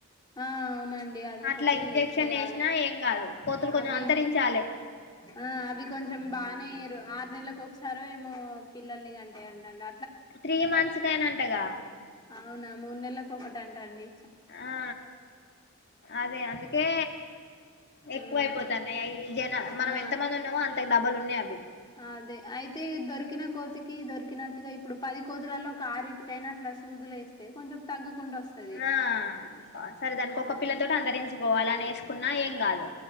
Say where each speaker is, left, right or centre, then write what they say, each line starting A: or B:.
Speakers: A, on the left; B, on the left.
A: ఆ అవునండి అదొకటి
B: అట్లా ఇంజక్షన్
A: చేయాలి
B: వేసినా ఏం కాదు కోతులు కొంచెం
A: అవి
B: అంతరించాలి
A: ఆ అవి కొంచెం బాగానేరు ఆరు నెలలకు ఒకసారో ఏమో పిల్లల్ని కంటాయంట అండి
B: త్రీ మంత్స్ కే నంటగా
A: అవునా మూడు నెలలకు ఒకటి అంటాండి
B: ఆ అదే అందుకే ఎక్కువైపోతానయ్యాయి
A: ఉమ్
B: జన మనం
A: ఆ
B: ఎంత మంది ఉన్నామో అంతకు డబల్ ఉన్నాయి అవి
A: అదే అయితే దొరకిన కోతికి దొరికినట్టుగా ఇప్పుడు పది కోతులలో ఒక ఆరిటికయినా అట్లా సూదులేస్తే కొంచెం తగ్గుకుంటస్తుంది
B: ఆ సరే దానికి
A: అవునండి
B: ఒక పిల్లతోటి అంతరించుకోవాలి అని వేసుకున్నా ఏం కాదు